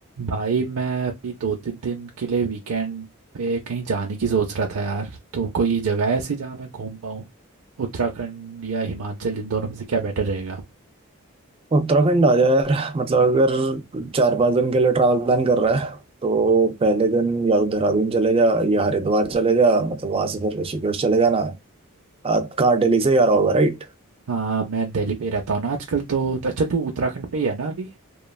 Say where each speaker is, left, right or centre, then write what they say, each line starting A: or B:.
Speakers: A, on the right; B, on the right.
A: भाई मैं अभी दो तीन दिन के लिए वीकेंड पे कहीं जाने की सोच रहा था यार तो कोई जगह ऐसी जहाँ मैं घूम पाऊँ उत्तराखंड या हिमाचल इन दोनों में से क्या बेटर रहेगा
B: उत्तराखंड आ जाए यार मतलब अगर चार पांच दिन के लिए ट्रैवल प्लान कर रहा है तो पहले दिन या तो देहरादून चले जा या हरिद्वार चले जा मतलब वहां से फिर ऋषिकेश चले जाना आ, कहाँ दिल्ली से ही आ रहा होगा राइट
A: हाँ मैं दिल्ली पे ही रहता हूँ ना आजकल तो, तो अच्छा तू उत्तराखंड पे ही है ना अभी